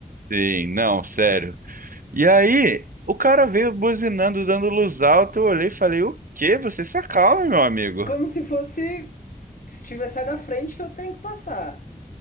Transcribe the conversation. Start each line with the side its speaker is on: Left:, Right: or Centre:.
Right: Sim, não, sério. E aí, o cara veio buzinando, dando luz alta. Eu olhei e falei: O quê? Você se acalma, meu amigo.
Left: Como se fosse. Se tiver sai da frente que eu tenho que passar.